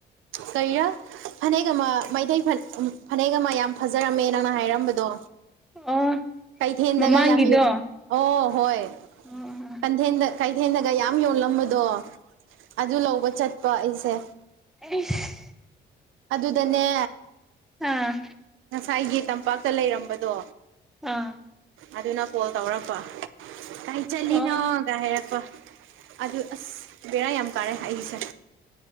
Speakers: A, on the right (about 85°); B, in the centre.
A: ꯀꯩꯔꯥ ꯐꯅꯦꯛ ꯑꯃ ꯃꯩꯇꯩ ꯐꯅꯦꯛ ꯑꯃ ꯌꯥꯝ ꯐꯖꯔꯝꯃꯦ ꯅꯪꯅ ꯍꯥꯏꯔꯝꯕꯗꯣ
B: ꯑꯣ
A: ꯀꯩꯊꯦꯟꯗꯒ
B: ꯃꯃꯥꯡꯒꯤꯗꯣ
A: ꯌꯥꯝ ꯌ ꯑꯣ ꯍꯣꯏ
B: ꯑꯥ
A: ꯀꯊꯦꯟꯗ ꯀꯩꯊꯦꯟꯗꯒ ꯌꯥꯝ ꯌꯣꯂꯝꯕ ꯑꯗꯣ ꯑꯗꯨ ꯂꯧꯕ ꯆꯠꯄ ꯑꯩꯁꯦ
B: ꯏꯁ
A: ꯑꯗꯨꯗꯅꯦ
B: ꯑꯥ
A: ꯉꯁꯥꯏꯒꯤ ꯇꯝꯄꯥꯛꯇ ꯂꯩꯔꯝꯕꯗꯣ
B: ꯑꯥ
A: ꯑꯗꯨꯅ ꯀꯣꯜ ꯇꯧꯔꯕ ꯀꯥꯏ ꯆꯠꯂꯤꯅꯣ
B: ꯑꯣ
A: ꯍꯥꯏꯔꯛꯄ ꯑꯗꯨ ꯑꯁ ꯕꯦꯔꯥ ꯌꯥꯝ ꯀꯥꯔꯦ ꯍꯥꯏꯁꯦ